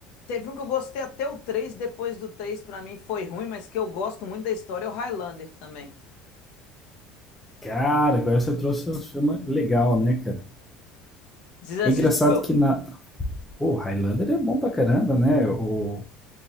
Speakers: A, on the left; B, in the centre.
A: Teve um que eu gostei até o 3. depois do 3, pra mim foi ruim, mas que eu gosto muito da história, é o Highlander também.
B: Cara, agora você trouxe um filme legal, né, cara?
A: Vocês assistiu?
B: É engraçado que na. O Highlander é bom pra caramba, né? O...